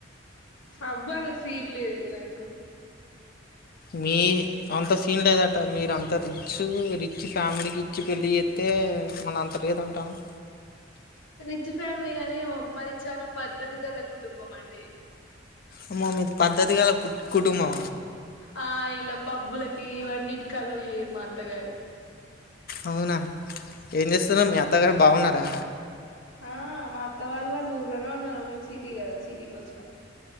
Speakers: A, on the left; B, on the left.
A: పబ్బా అంత సీన్ లేదులే నాకు.
B: మీ అంత సీన్ లేదట. మీరు అంత రిచ్ రిచ్ ఫ్యామిలీకి ఇచ్చి పెళ్ళి చేస్తే అయితే మరి అంత లేదు అంటానవు.
A: అ రిచ్ ఫ్యామిలీ గాని మాది చానా పద్ధతి గల్ల కుటుంబం అండి.
B: అమ్మో మీది పద్ధతి గల కు కుటుంబమా.
A: ఆ ఇలా పబ్బులకి ఇవన్నిటికి అలో చెయ్యరు మా అత్తగారు.
B: అవునా ఏం చేస్తున్నరు మీ అత్తగారు బాగున్నరా.
A: ఆ మా అత్త వాళ్ళు వాళ్ళు ఊర్లనే ఉన్నరు, మేం సిటీ కదా సిటీకి వచ్చినం.